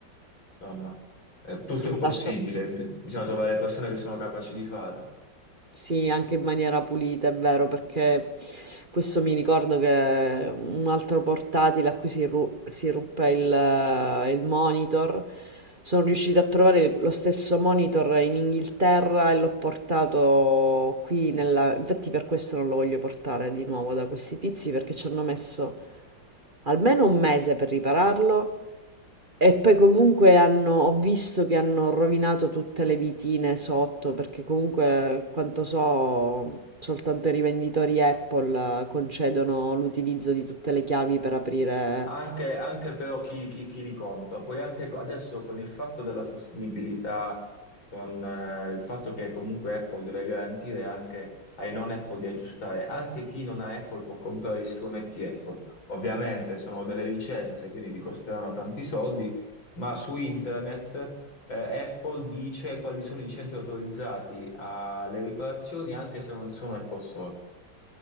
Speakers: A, on the left; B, on the right.
A: insomma, eh, tutto
B: <laughs>
A: è possibile,
B: Lascia...
A: bisogna trovare le persone che sono capaci di farlo.
B: Sì, anche in maniera pulita, è vero, perché questo mi ricordo che un altro portatile a cui si, ru- si ruppe il, il monitor, sono riuscita a trovare lo stesso monitor in Inghilterra e l'ho portato qui nella... Infatti per questo non lo voglio portare di nuovo da questi tizi perché ci hanno messo almeno un mese per ripararlo e poi comunque hanno, ho visto che hanno rovinato tutte le vitine sotto, perché comunque, quanto so, soltanto i rivenditori Apple eh, concedono l'utilizzo di tutte le chiavi per aprire.
A: Anche, anche però chi, chi- chi li compra, poi anche co- adesso con il fatto della sostenibilità, con eh, il fatto che comunque Apple deve garantire anche ai non Apple di aggiustare, anche chi non ha Apple può comprare gli strumenti Apple. Ovviamente sono delle licenze, quindi ti costeranno tanti soldi, ma su internet eh, Apple dice quali sono i centri autorizzati alle riparazioni anche se non sono Apple Store.